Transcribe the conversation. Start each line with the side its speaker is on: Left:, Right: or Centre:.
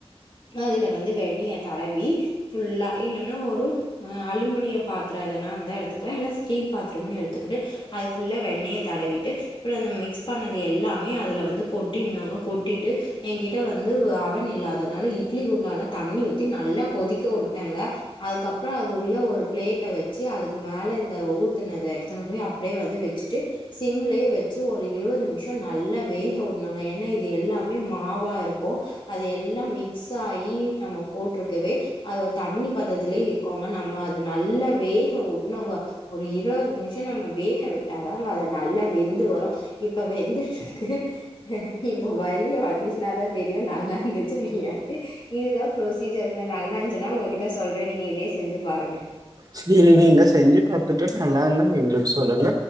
Left: அதுல வந்து வெண்ணையத் தடவி ஃபுல்லா இல்லனா ஒரு அ அலுமினிய பாத்ரோ எதனா இந்தா எடுத்துக் க்லா இல்ல ஸ்டீல் பாத்ரமு எடுத்துகுட்டு அதுச் ஃபுல்லா வெண்ணையத் தடவிட்டு இப்ற அந்த மிக்ஸ் பண்ணது எல்லாமே அதுல வந்து கொட்டின்னுங்கக் கொட்டிட்டு எங்கிட்ட வந்து வு அவன் இல்லாதனால இட்லி குண்டால தண்ணி ஊத்தி நல்லா கொதிக்க வுட்டங்க அதுகப்றோ அது உள்ள ஒரு பிளேட்ட வெச்சி அதுக்கு மேல இந்த ஊத்துனத எடுத்துனு போயி அப் ப்டே வந்து வெச்சுட்டு சிம்லே வெச்சு ஒரு இருவது மிஷோ நல்லா வேக வுன்னுங்க என்ன இது எல்லாமே மா மாவா இருக்கு அத எல்லாம் மிக்சாயி நம்ம போட்ருக்கவே அதவே தண்ணிப் பதத்லே இருக்கோங்க நம்ம அது நல்ல வேக வுட்னுங்க ஒரு இருவது மிஷ் ஷ நம்ம வேக விட்டாதாங்க அது நல்லா வெந்து வரு இப்ப வெந்துட்ருக்கு இப்ப வழிய வந்துச்னாதாந் தெரியு நல்லார்ந்துச்சா இல்லியான்ட்டு இதுதாம் ப்ரொசீஜருங்க நல்லாஞ்ச்சுனா உங்ககிட்ட சொல்றே நீங்க இதியே செஞ்சு பாருங்க
Right: சிரி நீங்க செஞ்சு பாத்துட்டு நல்லார்ந்தா எங்ளுக் சொல்லுங்க